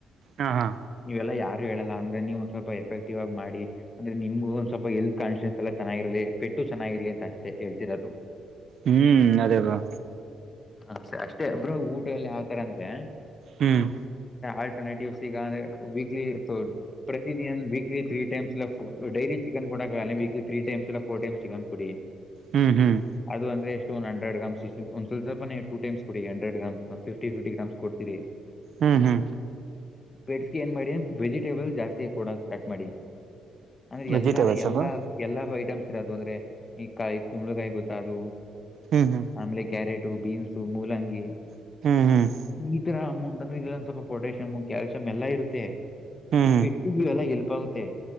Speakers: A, on the right; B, on the left.
A: ಹಾ ಹಾ
B: ನೀವೆಲ್ಲಾ ಯಾರು ಹೇಳಲ್ಲ ಅಂದ್ರೆ ನೀವು ಒಂದ ಸ್ವಲ್ಪ ಎಫೆಕ್ಟಿವ್ ಆಗಿ ಮಾಡಿ ಅಂದ್ರೆ ನಿಮ್ಗ ಒಂದ ಸ್ವಲ್ಪ ಎಲ್ತ್ ಕಂಡಿಷನ್ಸ್ ಎಲ್ಲ ಚೆನ್ನಾಗಿರಲಿ ಪೆಟ್ಟು ಚೆನ್ನಾಗಿರ್ಲಿ ಅಷ್ಟೇ ಹೇಳ್ತಿರ ಅದು
A: ಹ್ಮ್ ಅದೇ ಬ್ರೋ
B: ಹ ಸ ಅಷ್ಟೇ ಒಬ್ರು ಊಟ ಎಲ್ಲಿ ಯಾವ್ತರ ಅಂದ್ರೆ
A: ಹ್ಮ್
B: ಆಟಿವ್ ಸಿ ವೀಕ್ಲಿ ಪ್ರತಿನ ದಿನಾನು ವೀಕ್ಲಿ ವ ತ್ರೀ ಡೈಲಿ ಚಿಕನ್ ಕೊಡಕ್ಕಾಗಲ್ಲ weekly three time four time chicken ಕೊಡಿ
A: ಹ್ಮ್ ಹ್ಮ್
B: ಅದು ಅಂದ್ರೆ ಎಷ್ಟ ಒಂದ ಹಂಡ್ರೆಡ್ ಗ್ರಾಂ ಸ್ವಲ್ಪ ಸ್ವಲ್ಪನೆ ಟೂ ಟೈಮ್ಸ್ ಕೊಡಿ ಹಂಡ್ರೆ ಗ್ರಾಮ್ ಫಿಫ್ಟಿಫಿಫಿ ಗ್ರಾಮಸ್ ಕೊಡ್ತೀರಿ
A: ಹ್ಮ್ ಹ್ಮ್
B: ಪೆಟ್ಸ್ಗೆ ಏನ್ ಮಾಡಿ ವೆಜಿಟೇಬಲ್ ಜಾಸ್ತಿ ಕೊಡಕ್ ಸ್ಟಾರ್ಟ ಮಾಡಿ ಅಂದ್ರೆ
A: ವೆಜಿಟೇಬಲ್ಸ್
B: ಎಲ್ಲಾ ಎಲ್ಲಾ
A: ಅಲ್ವಾ
B: ಎಲ್ಲಾ ಐಟಮ್ಸ್ ಇರೋದು ಅಂದ್ರೆ ಈ ಕಾಯಿ ಕುಂಬಳಕಾಯಿ ಗೊತ್ತ ಅದು
A: ಹ್ಮ್ ಹ್ಮ್
B: ಆಮೇಲೆ ಕ್ಯಾರೆಟು ಬೀನ್ಸು ಮೂಲಂಗಿ
A: ಹ್ಮ್ ಹ್ಮ್ ಹ್ಮ್
B: ಈ ಮುಂದ ಒಂದು ಸ್ವಲ್ಪ ಪೊಟೇಷಿಯಮ ಕ್ಯಾಲಸಿ ಯಂ ಎಲ್ಲ ಇರುತ್ತೆ
A: ಹ್ಮ್
B: ಪೆಟ್ಟಿ ಎಲ್ಲ ಏಲ್ಪಾಗುತ್ತೆ